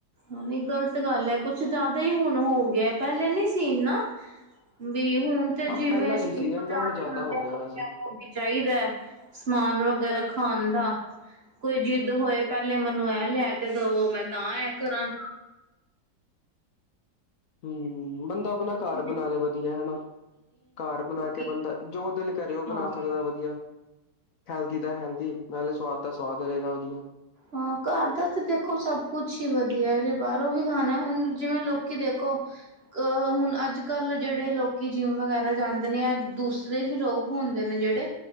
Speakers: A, on the right; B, on the left.
A: ਨਹੀਂ ਗ਼ਲਤ ਗੱਲ ਹੈ, ਕੁਛ ਜ਼ਿਆਦਾ ਹੀ ਹੁਣ ਹੋ ਗਿਆ, ਪਹਿਲੇ ਨਹੀ ਸੀ ਏੇ ਨਾ। ਵੀ ਹੁਣ ਤੇ
B: ਹਾਂ
A: ਜਿਵੇਂ
B: ਪਹਿਲਾਂ ਨੀ
A: ਸਕੂਲ
B: ਸੀਗਾ ਇਨਾ
A: ਜਾ
B: ਹੁਣ ਜ਼ਿਆਦਾ
A: ਹ
B: ਹੋ ਗਿਆ
A: <unintelligible>
B: ਵੈਸੇ।
A: ਵੀ ਚਾਹੀਦਾ ਹੈ, ਸਮਾਨ ਵਗੈਰਾ ਖਾਣ ਦਾ, ਕੋਈ ਜਿੱਦ ਹੋਏ ਪਹਿਲੇ ਮੈਨੂੰ ਇਹ ਲਿਆ ਕੇ ਦਵੋ ਮੈਂ ਤਾਂ ਐ ਕਰਾਂ
B: ਹੂੰ, ਬੰਦਾ ਆਪਣਾ ਘਰ
A: ਮਤਲਬ
B: ਬਣਾ ਲੈ ਵਧੀਆ ਹਨਾ। ਘਰ ਬਣਾ
A: ਕਿ
B: ਕੇ ਬੰਦਾ ਜੋ ਦਿਲ ਕਰੇ ਉਹ ਬਣਾ
A: ਹਾਂ
B: ਸਕਦਾ ਵਧੀਆ। ਹੈਲਦੀ ਦਾ ਹੈਲਦੀ ਨਾਲੇ ਸਵਾਦ ਦਾ ਸੁਆਦ ਰਹੇਗਾ ਵਧੀਆ।
A: ਹਾਂ ਘਰ ਦਾ ਤਾਂ ਦੇਖੋ ਸਭ ਕੁਛ ਹੀ ਵਧੀਆ, ਜੇ ਬਾਹਰੋਂ ਵੀ ਖਾਣਾ ਹੁਣ ਜਿਵੇਂ ਲੋਕੀ ਦੇਖੋ ਅ ਹੁਣ ਅੱਜ-ਕੱਲ ਜਿਹੜੇ ਲੋਕੀ ਜਿੰਮ ਵਗੈਰਾ ਜਾਂਦੇ ਨੇ ਆ ਦੂਸਰੇ ਵੀ ਲੋਕ ਹੁੰਦੇ ਨੇ ਜਿਹੜੇ,